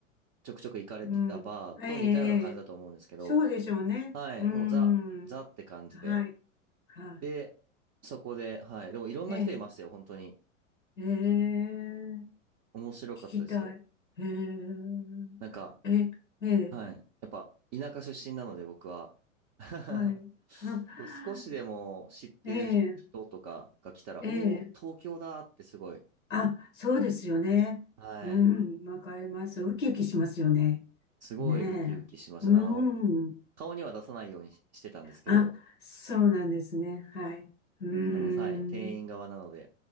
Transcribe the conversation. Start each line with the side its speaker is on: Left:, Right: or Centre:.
Right: ちょくちょく行かれてたバーと似たような感じだと思うんですけど、
Left: うん。ええ、ええそうでしょうね。
Right: はい、
Left: うーん。
Right: もうザ、ザって感じで。
Left: はい。は
Right: で、そこで、はい、でもいろんな人いましたよ、
Left: い。ええ、
Right: 本当に。
Left: ええ、聞
Right: 面白かったですよ。
Left: きたい。ええ、
Right: なんか、
Left: え、ええ、
Right: はい、やっぱ田舎出身なので僕は。<laughs>
Left: はい。<laughs>
Right: こう少しでも知ってる人人とかが来たら、
Left: ええ、ええ、
Right: おー、東京だってすごい、
Left: あ、そうですよね。
Right: はい、
Left: うん、わかります。ウキウキしますよね。
Right: すごいウキウキしました。
Left: ねえ。うん。
Right: あの、顔には出さないようにししてたんですけど、
Left: あ、そうなんですね。はい。う
Right: あの、はい、
Left: ん。
Right: 店員側なので。